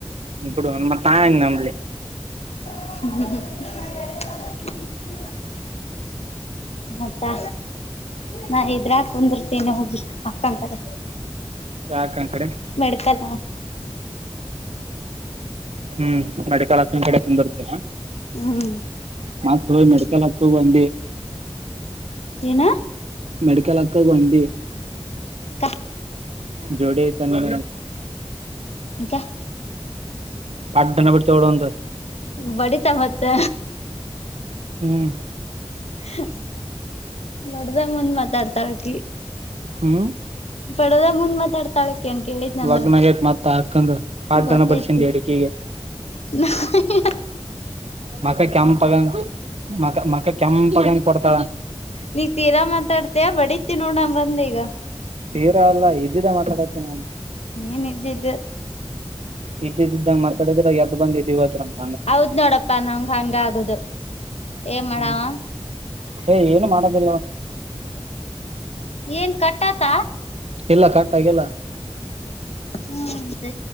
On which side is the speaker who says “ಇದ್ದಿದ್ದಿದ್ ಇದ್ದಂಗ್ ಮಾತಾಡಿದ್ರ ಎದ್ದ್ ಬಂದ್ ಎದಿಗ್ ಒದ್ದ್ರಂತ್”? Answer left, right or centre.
Right